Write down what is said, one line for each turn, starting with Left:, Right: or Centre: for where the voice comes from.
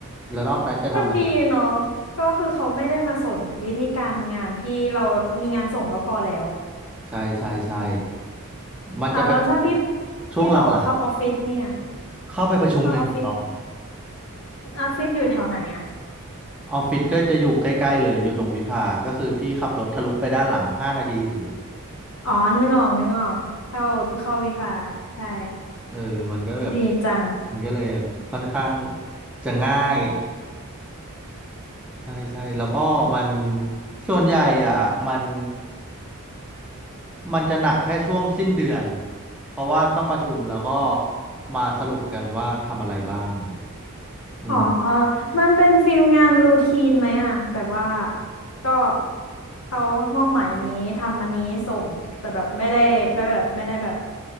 Centre: แล้วนอกนั้นจะทำอะไร
Left: ก็ดีเนาะก็คือเขาไม่ได้มาสนวิธีการทำงานพี่เรามีงานส่งก็พอแล้ว
Centre: ใช่ใช่ใช่มันจะเป็นแบบ
Left: อ่ะแล้วถ้าพี่
Centre: ช่วงหลัง
Left: พี่บอกว่าเข้าออฟฟิศเนี่ย
Centre: ๆ เข้าไปประชุมอย่างเดียว
Left: เข้าออฟฟิศออฟฟิศอยู่แถวไหนอ่ะ
Centre: ออฟฟิศก็จะอยู่ใกล้ๆเลยอยู่ตรงวิภา ก็คือพี่ขับรถทะลุไปด้านหลังห้านาทีถึง
Left: อ๋อนึกออกนึกออกเข้าเข้าวิภาใช่
Centre: เออมันก็แบบ
Left: ดีจัง
Centre: มันก็เลยแบบค่อนข้างจะง่ายใช่ใช่แล้วก็มันส่วนใหญ่อ่ะมันมันจะหนักแค่ช่วงสิ้นเดือนเพราะว่าต้องประชุมแล้วก็มาสรุปกันว่าทำอะไรบ้างเนี่ยอืม
Left: อ๋อมันเป็นฟิลงานรูทีนไหมอ่ะแบบว่าก็เขามอบหมายอันนี้ทำอันนี้ส่ง แต่แบบไม่ได้ไม่แบบไม่ได้แบบ